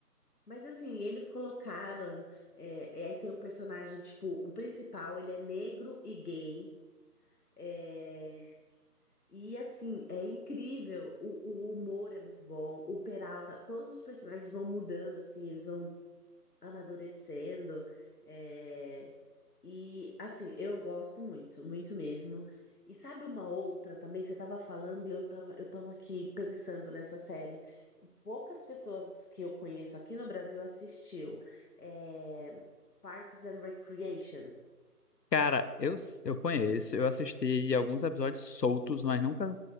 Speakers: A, on the left; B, on the left.
A: Mas assim, eles colocaram. É, é, aí tem um personagem, tipo, o principal, ele é negro e gay. é, e assim, é incrível. O, o humor é muito bom. O Peralta, todos os personagens vão mudando, assim, eles vão amadurecendo. é, E assim, eu gosto muito, muito mesmo. E sabe uma outra também, você estava falando e eu tava, eu tava aqui pensando nessa série. Poucas pessoas que eu conheço aqui no Brasil assistiu. É, Parks and Recreation.
B: Cara, eu, s- eu conheço, eu assisti alguns episódios soltos, mas nunca